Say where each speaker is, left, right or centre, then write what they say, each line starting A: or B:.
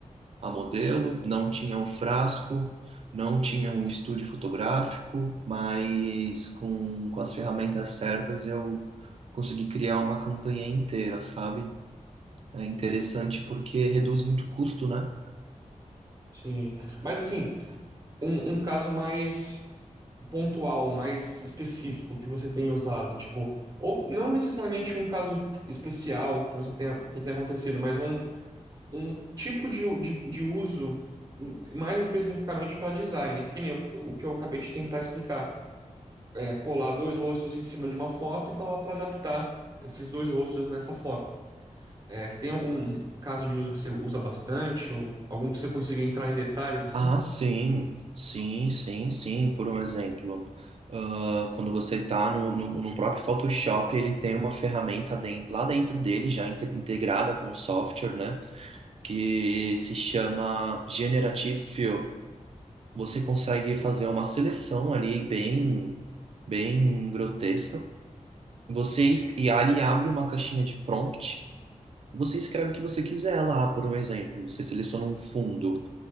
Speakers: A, on the right (about 50°); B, on the right (about 30°).
A: a modelo, não tinha o frasco, não tinha um estúdio fotográfico, mas com, com as ferramentas certas eu consegui criar uma campanha inteira, sabe? É interessante porque reduz muito o custo, né?
B: Sim. Mas assim. um, um caso mais pontual, mais específico que você tenha usado, tipo, ou não necessariamente um caso especial que você tenha, que tenha acontecido, mas um, um tipo de, u- de, de uso hum, mais especificamente para design, porque nem o, o que eu acabei de tentar explicar, é colar dois rostos em cima de uma foto e falar para adaptar esses dois rostos nessa foto. É, tem algum caso de uso que você usa bastante ou algum que você consiga entrar em detalhes assim?
A: Ah, sim, sim, sim, sim. Por um exemplo, ah, quando você está no, no, no próprio Photoshop, ele tem uma ferramenta dentro, lá dentro dele, já inte- integrada com o software, né? Que se chama Generative Fill. Você consegue fazer uma seleção ali bem, bem grotesca. Você, es- e ali abre uma caixinha de prompt. Você escreve o que você quiser lá, por um exemplo. Você seleciona um fundo.